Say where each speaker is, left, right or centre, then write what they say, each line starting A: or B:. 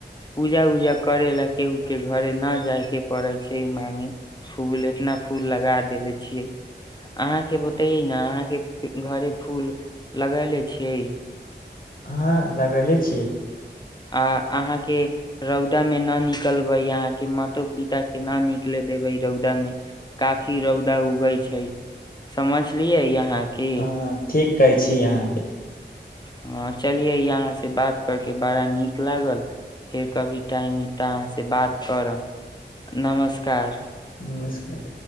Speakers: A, on the left; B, on the left.
A: पूजा उजा करे ला केहू के घरे न जाय के पड़े छै मांगे फूल एतना फूल लगा देेले छियै अहाँ के बतये न अहाँ के घरे फूल लगेले छियै
B: हँ लगेले छियै
A: आ अहाँ के रौदा में ना निकलबे अहाँ के मातो पिता के न निकले देबे रौदा मे काफी रौदा उगे छै समझलियै यहा के
B: हँ ठीक कहै छी अहाँके
A: हँ चलियै अहाँ से बात करके बड़ा नीक लागल फेर कभी टाइम मिलत अहाँ से बात करब नमस्कार
B: नमस्कार